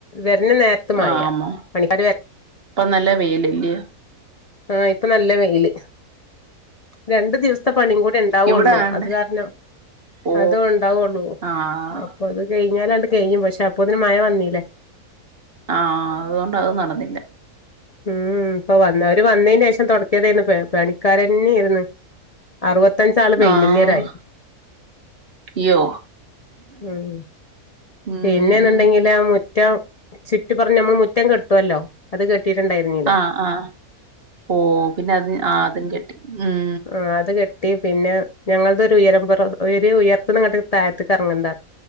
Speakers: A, on the left; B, on the right.
A: വര്നനേര ത്ത് മയ
B: ആമോ
A: പണിക്കാര് <inaudible>
B: ഇപ്പൊ നല്ല വെയിലല്ലയോ
A: ആഹ് ഇപ്പൊ നല്ല വെയില് രണ്ട് ദിവസത്തെ പണിയും കൂടി ഉണ്ടാവുള്ളൂ
B: ഇവിടെ ആണ്ടേ
A: അത് കാരണം
B: ഓ
A: അതോണ്ടാവുള്ളൂ.
B: ആഹ്
A: അപ്പൊ അത് കഴിഞ്ഞാലാത് കഴിഞ്ഞ് പക്ഷെ അപ്പൊത്തിന് മഴ വന്നീല്ലേ
B: ആഹ് അതുകൊണ്ടത് നടന്നില്ല
A: ഉം ഇപ്പൊ വന്നോര് വന്നീന്റെ ശേഷം തൊടത്തിയതാണ് പണിക്കാരന്നേന്ന് അറുപത്തഞ്ചാള് പെയിന്റിങ്ങേരായി
B: ആഹ് അയ്യോ
A: ഉം
B: ഉം
A: പിന്നെന്നുണ്ടെങ്കില് ആ മുറ്റം ചുറ്റി പറഞ്ഞ് നമ്മൾ മുറ്റം കെട്ടുവല്ലോ അത് കെട്ടിട്ടുണ്ടായിരുന്നില്ല
B: ആഹ് ആഹ് ഓ പിന്നെ അത് ആഹ് അതും കെട്ടി ഉം
A: ആ അത് കെട്ടി പിന്നെ ഞങ്ങളതൊരുഉയരം പുറം ഉയർത്ത്നിങ്ങട്ടക്ക് താഴത്തിക്കറങ്ങണ്ട